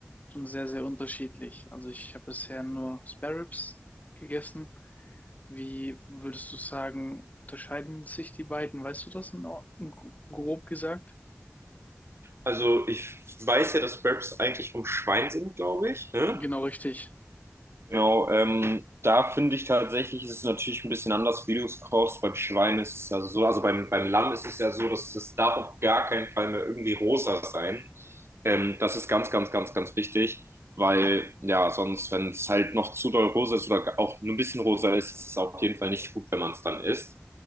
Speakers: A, on the left; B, on the right.
A: schon sehr, sehr unterschiedlich? Also ich habe bisher nur Spare Ribs gegessen. Wie würdest du sagen, unterscheiden sich die beiden? Weißt du das in, in, grob gesagt?
B: Also ich weiß ja, dass Wraps eigentlich vom Schwein sind, glaube ich. Ne?
A: Genau richtig.
B: Genau, ähm, da finde ich tatsächlich, ist es natürlich ein bisschen anders, wie du es kochst. Beim Schwein ist es ja so, also beim, beim Lamm ist es ja so, dass es darf auf gar keinen Fall mehr irgendwie rosa sein. Ähm, das ist ganz, ganz, ganz, ganz wichtig, weil ja, sonst, wenn es halt noch zu doll rosa ist oder auch nur ein bisschen rosa ist, ist es auf jeden Fall nicht gut, wenn man es dann isst.